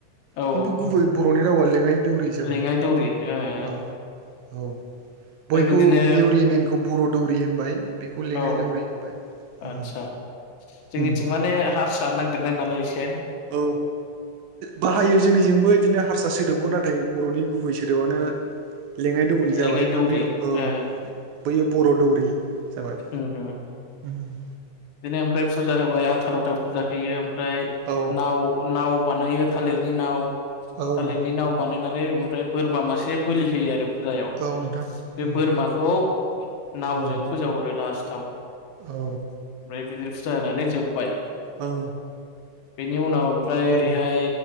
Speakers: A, on the left; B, on the right.
A: औ
B: खिन्थु गुबै बर'नि रावा लेङाइ दौरि जाबाय
A: लेङाइ दौरि ओ ओमफ्राय
B: औ औ बयखौ
A: बिदिनो
B: देवरि मेनखौ बर' दौरि होनबाय बेखौ लेङाइ
A: औ
B: दौरि होनबाय उम
A: आदसा जोंनिथिं
B: उम
A: माने हारसा नांदेरनाय नालाय एसे
B: औ बाहायो जोंनिजोंबो बिदिनो हारसा सोदोबाव नाथाय बर'नि गुबै सोदोबानो लेङाइ दौरि जाबाय
A: लेङाइ
B: ओमफाय
A: दौरि
B: बैयो औ
A: ओ
B: बैयो बर' दौरि जाबाय
A: हुम हुम
B: उम
A: बिदिनो ओमफ्राय फुजा होबाय आथार'था फुजा होयो ओमफ्राय
B: औ
A: नाव नाव बानायो थालिरनि नाव
B: औ
A: थालिरनि नाव बानायनानै ओमफ्राय बोरमा मासे बोलि होयो आरो फुजायाव
B: औ नोंथां
A: बे
B: उम
A: बोरमाखौ नावजों
B: औ
A: फोजावहरो लास्टाव ओमफ्राय
B: औ
A: बिदिनो फुजा होनानै जोब बाय
B: औ
A: बेनि उनाव ओमफ्राय
B: उम
A: ओरैहाय